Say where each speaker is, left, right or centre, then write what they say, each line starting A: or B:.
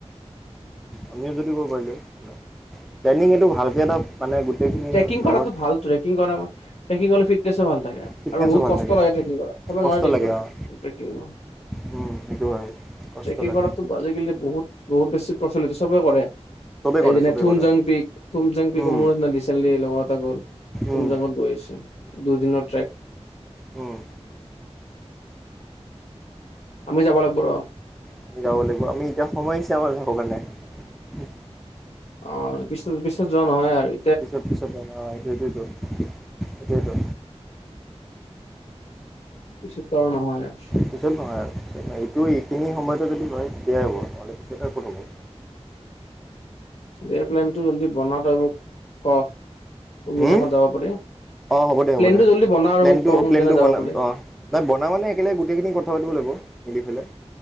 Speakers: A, in the centre; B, on the left.
A: আমিও যদি কৰিব পাৰিলো, প্লেনিং এইটো ভালকে এটা। মানে গোটেইখিনি
B: ট্ৰেকিং
A: লগৰ
B: কৰাটো ভাল। ট্ৰেকিং কৰা ট্ৰেকিং কৰিলে ফিট। <inaudible> ভালা থাকে।
A: ফিটনেছো
B: আৰু বহুত
A: ভাল
B: কষ্ট
A: থাকে
B: লাগে কৰা ট্ৰেকিং কৰাত। চবেই
A: কষ্ট
B: নোৱাৰে ট্ৰেকিং
A: লাগে
B: টৰিব।
A: অঁ
B: ট্ৰেকং,
A: উম, সেইটো হয় কষ্ট
B: ট্ৰেকিং
A: লাগে।
B: কৰাত আজিকালি বহুত। বহুত বেছি প্ৰচলিত, সবেই কৰে।
A: চবেই কৰে
B: এই যেনে
A: চবেই
B: থুম
A: কৰে।
B: জং পিক থু জং পিক। মোৰ
A: উম,
B: না ৰিচেনলি লগৰ এটা গ'ল তুমজাংত
A: উম,
B: গৈ আহিছে দুদিনৰ ট্ৰেক।
A: উম।
B: আমি যাব লাগিব ৰ।
A: আমি যাব লাগিব। আমি এতিয়া সোমাইছে আমাৰ যাবৰ কাৰণে।
B: অ', পিষ্ট-পিছত যোৱা নহয় আৰু ই
A: পিছত-পিছত এনাও ইতু, ইতু, ইতু। ইতু, ইতু।
B: পিছতাও নহয় আৰ
A: পিছত নহয় আৰু। এ না এইটো এইখিনি সময়তে যদি হয়। তেতিয়াহে হ'ব, নহ'লে পিছত আৰু কত হ'ব।
B: এই প্লেনটো জল্দি বনাও। তই মোক ক কোনদিনাখন
A: হুম,
B: যাব পাৰি
A: অ', হ'ব দে-হ'ব
B: প্লেনটো
A: দে।
B: জল্দি বনা আৰু
A: প্লেনটো-প্লেনটো
B: মোক ক কোনদিনা যাব
A: বনা,
B: পাৰি
A: অ', না বনা মানে একেলগ গোটেইখিনি কথা পাতিব লাগিব। মিলি পেলাই।